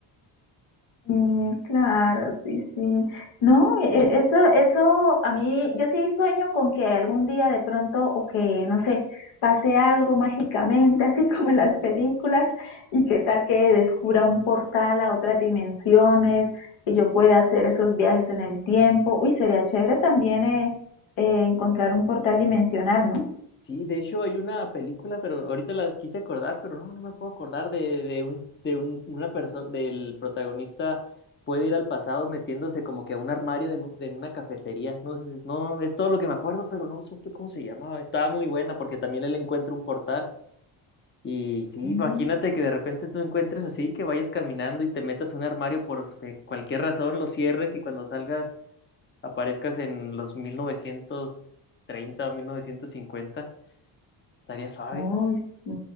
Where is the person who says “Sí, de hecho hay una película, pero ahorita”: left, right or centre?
Left